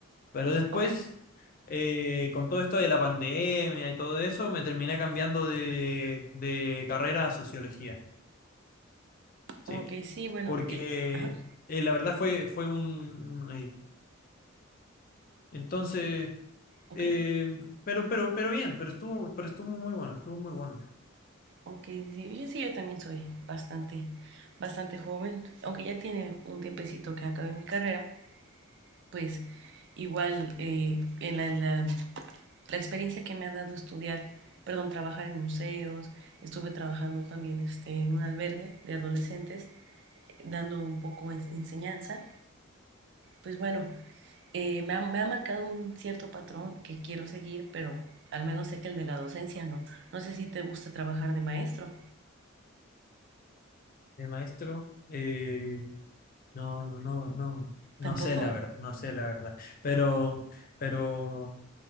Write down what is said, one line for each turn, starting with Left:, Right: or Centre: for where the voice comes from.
Left: Pero después,
Right: ok,
Left: eh, con todo esto de la pandemia y todo eso, me terminé cambiando de, de carrera a sociología. Sí,
Right: ok, sí, bueno,
Left: porque
Right: eh, ajá,
Left: eh, la verdad fue, fue un... un- eh, Entonces,
Right: ok,
Left: eh, pero, pero, pero bien, pero estuvo, pero estuvo muy bueno, estuvo muy bueno.
Right: ok, sí, yo, sí, yo también soy bastante, bastante joven, aunque ya tiene un tiempecito que acabé mi carrera, pues igual eh, en la, en la la experiencia que me ha dado estudiar, perdón, trabajar en museos, estuve trabajando también este, en un albergue de adolescentes, dando un poco de enseñanza, pues bueno, eh, me, ha, me, ha, marcado un cierto patrón que quiero seguir, pero al menos sé que el de la docencia no. No sé si te gusta trabajar de maestro,
Left: El maestro, eh, no, no, no, no, no
Right: tampoco.
Left: sé la verdad, no sé la verdad. Pero, pero